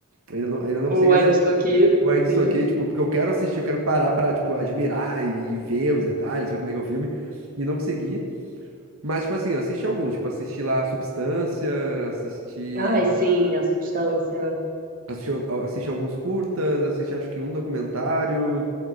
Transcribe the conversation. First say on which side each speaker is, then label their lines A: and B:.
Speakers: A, on the right; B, on the right.
A: ainda não, ainda não
B: O
A: consegui assistir.
B: Ainda Estou Aqui,
A: Eu ainda estou
B: sim.
A: aqui, tipo, porque eu quero assistir, eu quero parar pra, tipo, admirar e ver os detalhes, ver como é que é o filme, e não consegui. Mas, tipo assim, eu assisti alguns, tipo, assisti lá Substância, assisti,
B: Ai, sim, a substância.
A: assisti, al- assisti alguns curtas, assisti acho que um documentário.